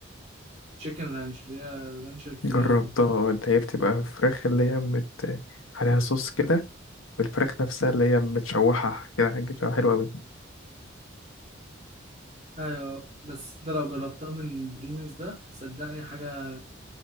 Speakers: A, on the right; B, on the left.
A: تشيكن رانش اللي هي رانش الفراخ
B: جربتها
A: دي
B: آه، اللي هي بتبقى فراخ اللي هي مت عليها صوص كده والفراخ نفسها اللي هي متشوحة كده حاجة بتبقى حلوة أوي
A: ايوه بس انت لو جربتها من بريميوس ده صدقني حاجه